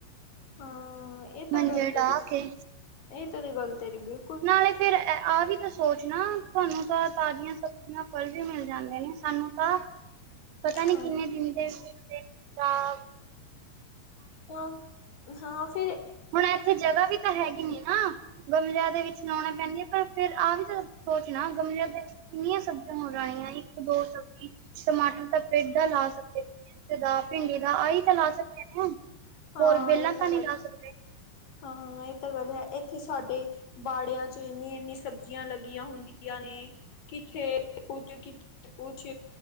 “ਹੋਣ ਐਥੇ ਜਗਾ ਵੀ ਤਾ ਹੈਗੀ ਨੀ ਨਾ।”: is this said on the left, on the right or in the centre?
Right